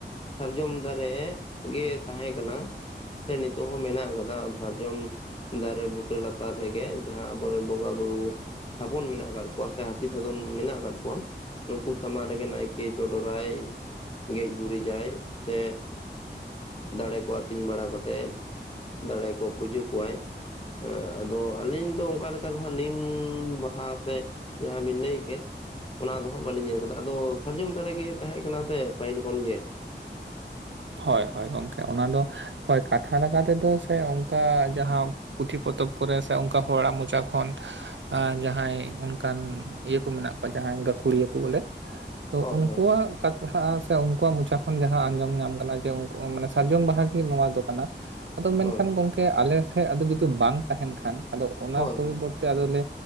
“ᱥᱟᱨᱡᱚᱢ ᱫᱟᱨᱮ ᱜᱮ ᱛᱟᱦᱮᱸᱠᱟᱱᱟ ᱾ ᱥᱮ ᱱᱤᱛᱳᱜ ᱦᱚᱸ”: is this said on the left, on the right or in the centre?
Left